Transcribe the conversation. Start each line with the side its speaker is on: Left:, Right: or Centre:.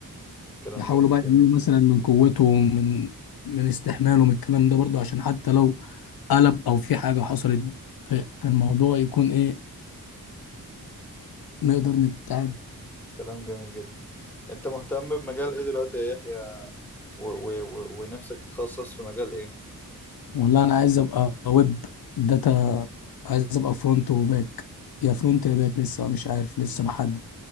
Centre: كلام
Left: يحاولوا
Centre: جميل
Left: بقى
Centre: جدا
Left: يعملوا مثلا من قوتهم من من استحمالهم الكلام ده برضه عشان حتى لو قلب او في حاجة حصلت في في الموضوع يكون ايه نقدر نتعامل
Centre: كلام جميل جدا انت مهتم بمجال ايه دلوقتي يا يحيى و... و... و... ونفسك تتخصص في مجال ايه
Left: والله انا عايز ابقى ويب داتا عايز ابقى فرونت وباك يا فرونت يا باك لسه مش عارف لسه
Centre: مم.
Left: بحدد